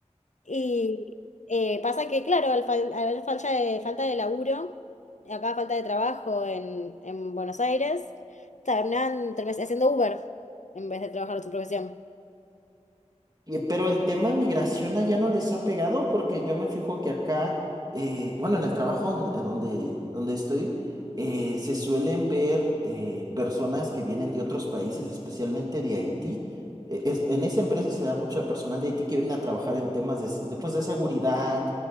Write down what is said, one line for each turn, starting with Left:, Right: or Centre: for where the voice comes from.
Left: y eh, pasa que, claro, al, fal- al haber falta de, falta de laburo, acá falta de trabajo en, en Buenos Aires, terminan terminan haciendo Uber en vez de trabajar su profesión.
Right: Y- Pero el tema migración allá no les ha pegado porque yo me fijo que acá, eh, bueno, en el trabajo donde, eh, donde, donde estoy, eh, se suelen ver eh, personas que vienen de otros países, especialmente de Haití. Eh, es- en esa empresa se da mucho personal de Haití que vienen a trabajar en temas de, s- de, pues, de seguridad.